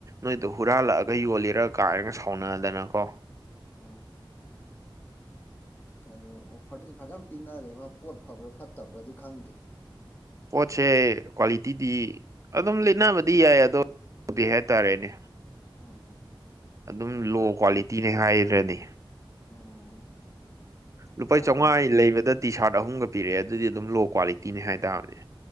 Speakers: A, on the right; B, on the left.
A: ꯅꯣꯏꯗꯣ ꯍꯨꯔꯥꯜꯂꯛꯑꯒ ꯌꯣꯜꯂꯤꯔ ꯀꯥꯏꯔꯒ ꯁꯥꯎꯅꯗꯅꯀꯣ
B: ꯎꯝ ꯀꯔꯤ ꯑꯣꯐꯔꯗꯨꯗꯤ ꯐꯖꯅ ꯄꯤꯅꯔꯦꯕ ꯄꯣꯠ ꯐꯕ꯭ꯔꯥ ꯐꯠꯇꯕ꯭ꯔꯥꯗꯤ ꯈꯪꯗꯦ
A: ꯄꯣꯠꯁꯦ ꯀ꯭ꯋꯥꯂꯤꯇꯤꯗꯤ ꯑꯗꯨꯝ ꯂꯤꯠꯅꯕꯗꯤ ꯌꯥꯏ ꯑꯗꯣ ꯃꯗꯤ ꯍꯥꯏ ꯇꯥꯔꯦꯅꯦ
B: ꯎꯝ
A: ꯑꯗꯨꯝ ꯂꯣ ꯀ꯭ꯋꯥꯂꯤꯇꯤꯅꯦ ꯍꯥꯏꯔꯅꯤ
B: ꯎꯝ
A: ꯂꯨꯄꯥ
B: ꯌꯥꯝ
A: ꯆꯥꯝꯃꯉꯥ ꯂꯩꯕꯗ ꯇꯤ ꯁꯥꯔꯠ ꯑꯍꯨꯝꯒ ꯄꯤꯔꯛꯑꯦ ꯑꯗꯨꯗꯤ ꯑꯗꯨꯝ ꯂꯣ ꯀ꯭ꯋꯥꯂꯤꯇꯤꯅꯦ ꯍꯥꯏ ꯇꯥꯕꯅꯦ